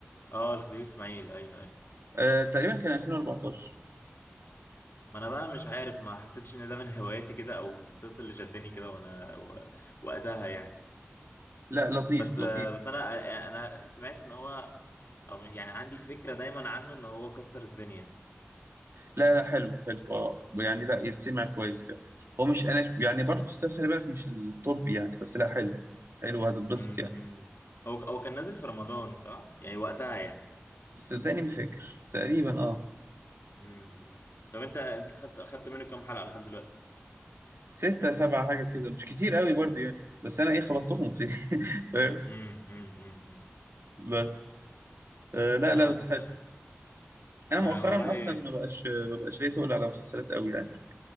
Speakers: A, on the left; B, on the right.
A: اه الخديوي اسماعيل ايوه ايوه
B: آه تقريبا كان 2014
A: ما انا بقى مش عارف ما حسيتش ان ده من هواياتي كده او المسلسل اللي شدني كده وانا و- وقتها يعني
B: لا لطيف
A: بس
B: لطيف
A: بس انا انا سمعت ان هو او يعني عندي فكرة دايما عنه ان هو كسر الدنيا
B: لا لا حلو حلو اه يعني لا يتسمع كويس كمان هو مش انا يعني برضه ستيل خلي بالك مش التوب يعني بس لا حلو حلو هتتبسط
A: امم
B: يعني
A: إمم. هو هو كان نازل في رمضان صح يعني وقتها يعني
B: صدقني ما فاكر تقريبا اه
A: امم إمم. طب انت انت خدت خدت منه كام حلقة لحد دلوقتي
B: ستة سبعة حاجة كده مش كتير قوي برضه يعني بس انا ايه خبطتهم في <laughs> فاهم
A: امم امم إمم، إمم.
B: بس آه لا
A: لا
B: لا
A: بس
B: بس حلو انا
A: انا
B: مؤخرا
A: والله
B: اصلا ما بقاش ما بقاش ليا تقول على مسلسلات قوي يعني